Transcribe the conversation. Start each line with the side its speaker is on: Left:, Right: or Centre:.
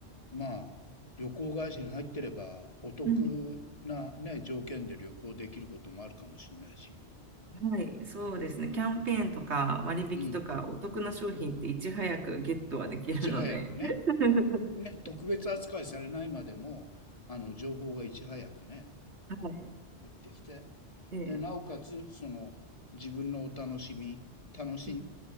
Left: まあ、旅行会社に入ってれば、お得なね、
Right: うん、
Left: 条件で旅行できることもあるかもしれないし、
Right: はい、そうですね。キャンペーンとか割引とかお得な商品っていち早くゲットはできるので。
Left: うん。うん。いち早くね、
Right: <laughs>
Left: あの、ね、特別扱いされないまでも、あの、情報がいち早くね、
Right: はい。
Left: あの入ってきて、
Right: ええ
Left: で、なおかつ、その、自分のお楽しみ、楽しん、
Right: え